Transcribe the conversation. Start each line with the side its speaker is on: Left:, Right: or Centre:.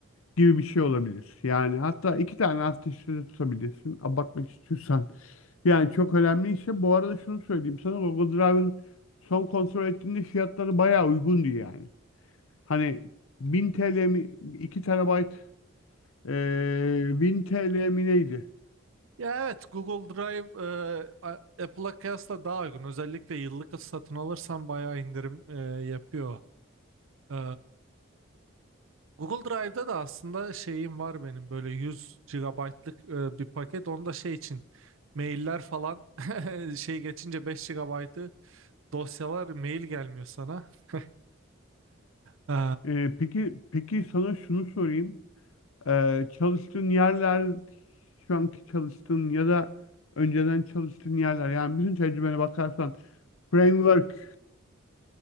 Left: gibi bir şey olabilir. Yani hatta iki tane hard diskte de tutabilirsin abartmak istiyorsan. Yani çok önemli işte. Bu arada şunu söyleyeyim sana Google Drive'ın son kontrol ettiğinde fiyatları bayağı uygundu yani. Hani 1000 TL mi 2 terabayt eee 1000 TL mi neydi?
Right: Ya evet Google Drive e, A- Apple'a kıyasla daha uygun. Özellikle yıllık satın alırsan bayağı indirim e, yapıyor. E, Google Drive'da da aslında şeyim var benim böyle 100 gigabaytlık e, bir paket. Onda şey için mailler falan <laughs> şey geçince 5 gigabaytı dosyalar mail gelmiyor sana. <laughs> E,
Left: Eee, peki peki sana şunu sorayım. Eee, çalıştığın yerler şu anki çalıştığın ya da önceden çalıştığın yerler yani bütün tecrübene bakarsan framework